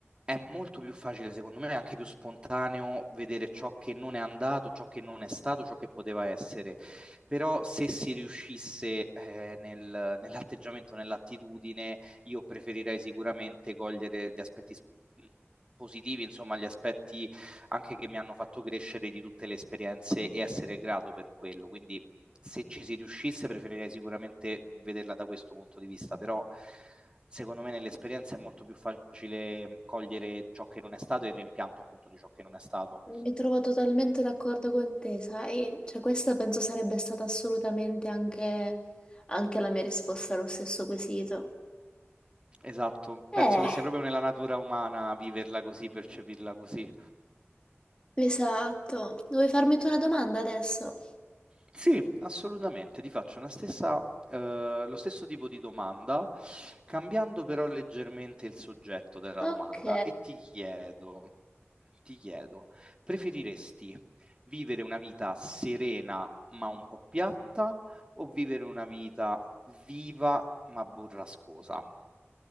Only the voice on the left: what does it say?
Mi trovo totalmente d'accordo con te, sai? Cioè, questa penso sarebbe stata assolutamente anche, anche la mia risposta allo stesso quesito.
Eh,
esatto. Vuoi farmi tu una domanda adesso?
Ok.